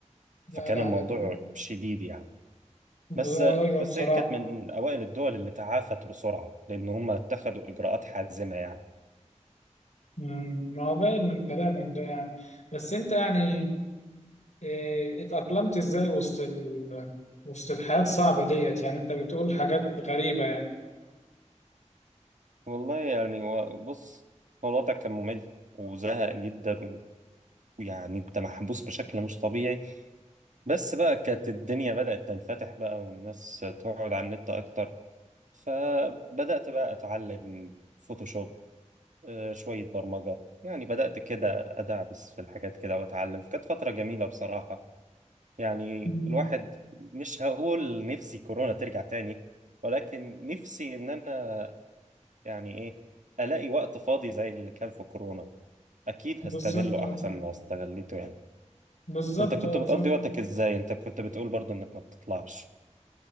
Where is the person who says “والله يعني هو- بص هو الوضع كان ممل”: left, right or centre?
Right